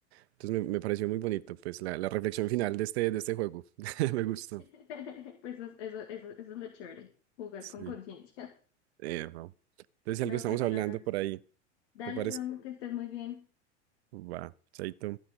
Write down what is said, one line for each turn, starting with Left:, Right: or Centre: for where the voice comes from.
Right: Entonces me, me pareció muy bonito, pues, la, la reflexión final de este, de este juego. <laughs> Me gustó.
Left: <laughs> Pues eso, eso, eso, eso es lo chévere, jugar
Right: Sí.
Left: con conciencia.
Right: Eh, no.
Left: <laughs>
Right: Entonces, si
Left: No,
Right: algo estamos
Left: pues
Right: hablando
Left: nada.
Right: por ahí,
Left: Dale,
Right: ¿te parece?
Left: Don, que estés muy bien.
Right: Va, chaito.